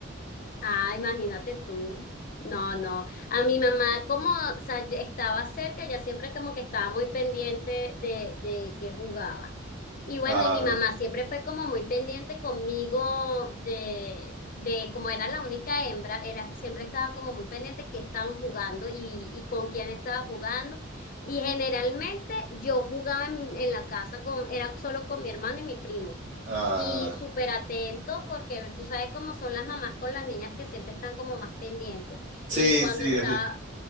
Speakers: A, on the left; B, on the right.
A: Ah, imagínate tú. No, no. A mi mamá, como, o sea, ya estaba cerca, ya siempre como que estaba muy pendiente de, de que jugaba. Y bueno,
B: Ah,
A: y mi mamá siempre fue como muy pendiente conmigo de, de como era la única hembra, era, siempre estaba como muy pendiente que estaban jugando y, y con quién estaba jugando. Y generalmente yo jugaba en, en la casa con, era solo con mi hermano y mi primo.
B: ah,
A: Y súper atento porque tú sabes cómo son las mamás con las niñas que siempre están como más pendientes.
B: sí,
A: Y cuando
B: sí,
A: estaba,
B: es de-